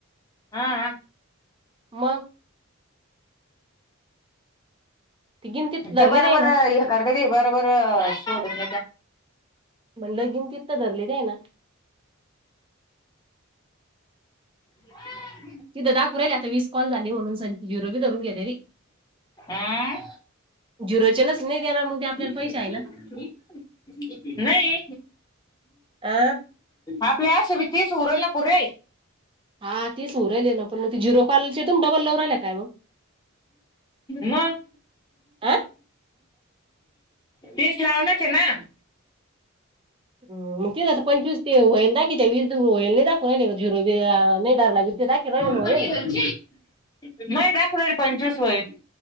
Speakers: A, on the left; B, on the right.
A: हा. <inaudible>
B: मग ते गिनतीत धरले
A: ते बरोबर
B: जाई ना
A: हे करता ते बरोबर सोडून
B: म्हटलं गिनती धरले नाही ना.
A: <inaudible>
B: तिथं दाखवू राहिले आता विस कॉल झाली म्हणून सन झिरो धरून घेता ते
A: आ.
B: झिरोचनच नाही देणार मग आपल्याला
A: <inaudible>
B: ते पैसे आहे ना
A: नाही,
B: अ
A: आपले आशी बी तीस होऊ राहिले पुरे
B: हा तेच होऊ राहिले ना पण मग ते झिरो कॉलचे त डबल लव राहिले काय मग?
A: मग.
B: हा
A: तीस लावूनच आहे ना.
B: मग तिथे तो पंचवीस वायेल दाखवतात वीस वेळ नाही दाखवू राहिले झिरो धरला ते दाखवा राहिले होईल
A: नाही दाखवून राहिले पंचवीस वयेत.